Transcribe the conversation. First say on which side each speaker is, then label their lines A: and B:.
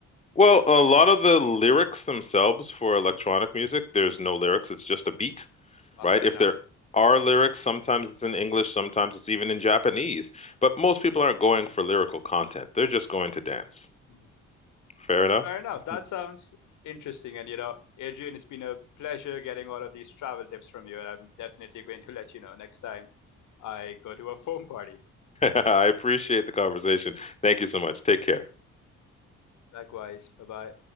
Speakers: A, on the left; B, on the left.
A: Well, a lot of the lyrics themselves for
B: hmm
A: electronic music, there's no lyrics, it's just a beat.
B: Uh,
A: right?
B: fair
A: If
B: enough.
A: there are lyrics, sometimes it's in English, sometimes it's even in Japanese. But most people aren't going for lyrical content. They're just going to dance.
B: hmm
A: Fair enough.
B: Fair enough. That
A: <laughs>
B: sounds interesting. And you know, Adrian, it's been a pleasure getting all of these travel tips from you, and I'm definitely going to let you know next time I go to a foam party.
A: I appreciate the conversation. Thank you so much. Take care.
B: Likewise. Bye bye.